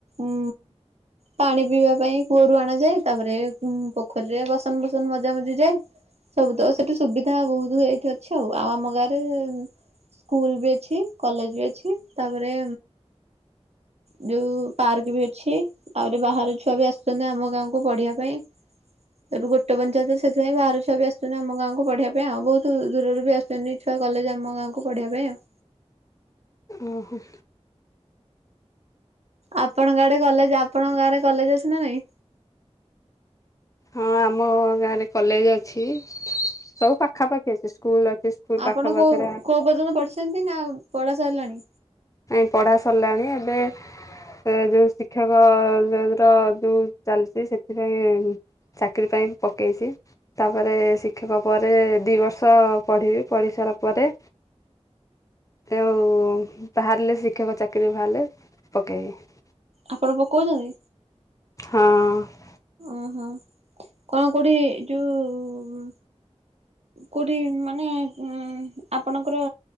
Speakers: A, on the right (about 70°); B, on the left (about 30°).
A: ଉ ପାଣି ପିଇବା ପାଇଁ କୂଅରୁ ଆଣ ଯାଏ ତାପରେ ପୋଖରୀରେ ବସନ ଫସନ ମଜା ମଜି ଯାଏ। ସବୁ ତ ସେଠି
B: ଆଛା
A: ସୁବିଧା ବହୁତ ହଇଯଇିବ। ଅଛି ଆଉ ଆଉ ଆମ ଗାଁରେ ସ୍କୁଲ ବି ଅଛି କଲେଜ ବି ଅଛି ତାପରେ ଯୋଉ ପାର୍କ ବି ଅଛି ଆହୁରି ବାହାର ଛୁଆ ବି ଆସୁଛନ୍ତି ଆମ ଗାଁକୁ ପଢିବା ପାଇଁ। ସେଠୁ ଗୋଟେ ପଞ୍ଚାୟତରେ ସେଥିପାଇଁ ବାହାର ଛୁଆ ଆସୁଛନ୍ତି ଆମ ଗାଁକୁ ପଢିବା ପାଇଁ ଆଉ ବହୁତ ଦୂରରୁ ବି ଆସୁ ଆସୁଛନ୍ତି ଛୁଆ କଲେଜ ଆମ ଗାଁକୁ ପଢିବା ପାଇଁ ଆଉ
B: ଓହୋ।
A: ଆପଣଙ୍କ ଆଡେ କଲେଜ ଆପଣଙ୍କ ଗାଁରେ କଲେଜ ଅଛି ନା ନାଇଁ?
B: ହଁ ଆମ ଗାଁରେ କଲେଜ ଅଛି ସବୁ ପାଖାପାଖି ଅଛି ସ୍କୁଲ ଅଛି। ସ୍କୁଲ
A: ଆପଣ
B: ପାଖ
A: କୋଉ
B: ପାଖରେ
A: କୋଉ ପର୍ଯ୍ୟନ୍ତ ପଢିଛନ୍ତି ନା ପଢା ସରିଲାଣି?
B: ନାଇ ପଢ଼ା ସରିଲାଣି ଏବେ ସେ ଯୋଉ ଶିକ୍ଷକ ର ଯୋଉ ଚାଲିଛି ସେଥିପାଇଁ ଚାକିରି ପାଇଁ ପକେଇଛି। ତାପରେ ଶିକ୍ଷକ ପରେ ଦୁଇ ବର୍ଷ ପଢ଼ିବି ପଢ଼ି ସାରିଲା ପରେ ଆଉ ବାହାରିଲେ ଶିକ୍ଷକ ଚାକିରି ବାହାରିଲେ ପକେଇବି।
A: ଆପଣ ପକଉଛନ୍ତି
B: ହଁ
A: ଓହୋ। କଣ କୋଉଠି ଯୋଉ କୋଉଠି ମାନେ ଉ ଆପଣଙ୍କର